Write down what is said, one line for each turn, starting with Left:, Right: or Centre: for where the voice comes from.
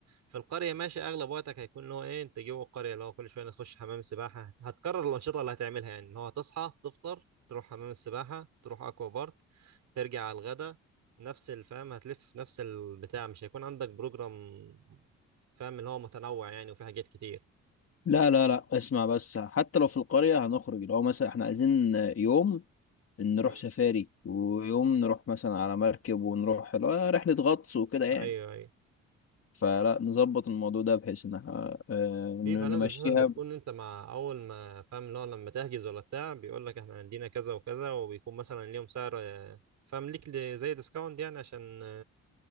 Right: في القرية ماشي أغلب وقتك هيكون اللي هو إيه أنت جوه القرية اللي هو كل شوية نخش حمام سباحة هتكرر الأنشطة اللي هتعملها يعني إن هو تصحى تفطر تروح حمام السباحة تروح أكوا بارك ترجع على الغدا نفس الفهم هتلف نفس البتاع مش هيكون عندك بروجرام فاهم اللي هو متنوع يعني وفي حاجات كتير
Left: لا لا لا اسمع بس حتى لو في القرية هنخرج لو مثلا احنا عايزين يوم نروح
Right: مم.
Left: سفاري ويوم نروح مثلا على مركب ونروح لا، رحلة غطس وكده يعني
Right: أيوه أيوه
Left: فلا نظبط الموضوع ده بحيث ان احنا آه، ن-
Right: في فنادق
Left: نمشيها
Right: أساسا بتكون أنت مع أول ما فاهم اللي هو لما تحجز ولا بتاع بيقول لك إحنا عندنا كذا وكذا وبيكون مثلا ليهم سعر آه، فاهم ليك ل- زي ديسكاونت يعني عشان